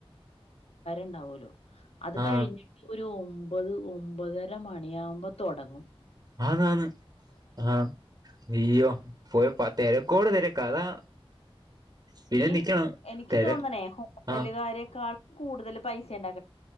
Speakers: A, on the left; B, on the right.
A: ണ്ടാവുല്ലോ? അത്
B: ആ
A: കഴിഞ്ഞിട്ട് ഒരു ഓം ഒമ്പത്, ഒമ്പതര മണിയാവുമ്പൊ തൊടങ്ങും.
B: ആന്നാന്ന് ആ. യ്യോ പോയപ്പതിരക്കോട് തിരക്ക് അതാ. പിന്നെ
A: ഈ
B: നിക്കണം
A: എനിക്ക്
B: തിര
A: തോന്നണേ, ഹോട്ടലുകാരെക്കാൾ
B: ആ
A: കൂടുതൽ പൈസ ണ്ടാ